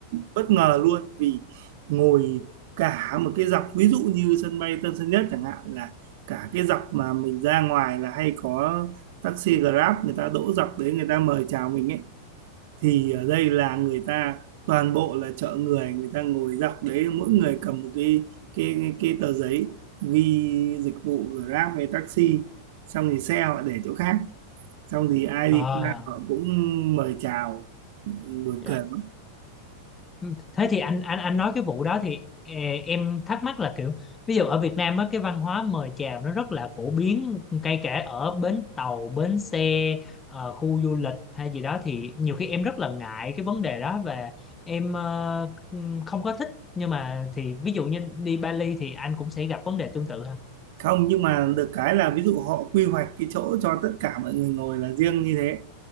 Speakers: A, on the right; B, on the left.
A: bất ngờ luôn vì ngồi cả một cái dọc ví dụ như sân bay Tân Sơn Nhất chẳng hạn là cả cái dọc mà mình ra ngoài là hay có taxi Grab người ta đỗ dọc đấy người ta mời chào mình ấy thì ở đây là người ta toàn bộ là chợ người người ta ngồi dọc đấy mỗi người cầm một cái cái cái tờ giấy ghi dịch vụ Grab hay taxi xong thì xe họ để chỗ khác xong thì ai đi
B: à
A: qua họ cũng mời chào buồn
B: dạ
A: cười lắm
B: Ừ, thế thì anh anh anh nói cái vụ đó thì ờ, em thắc mắc là kiểu ví dụ ở Việt Nam á cái văn hóa mời chào nó rất là phổ biến kể cả ở bến tàu bến xe ờ, khu du lịch hay gì đó thì nhiều khi em rất là ngại cái vấn đề đó và em ờ, không có thích nhưng mà thì ví dụ như đi Bali thì anh cũng sẽ gặp vấn đề tương tự ha
A: không nhưng mà được cái là ví dụ họ quy hoạch cái chỗ cho tất cả mọi người ngồi là riêng như thế